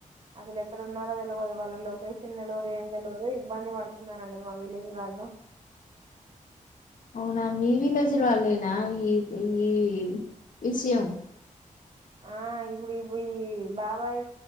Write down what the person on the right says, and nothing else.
అసలు ఎక్కడ ఉన్నారో తెలయదు వాళ్ళ లొకేషన్ తెలవదు ఏం తెలవదు ఇబ్బంది పడుతున్నారంట మా విలేజ్ వా హలో
ఆ ఇప్పుడు ఇప్పుడు ఈ బాబాయి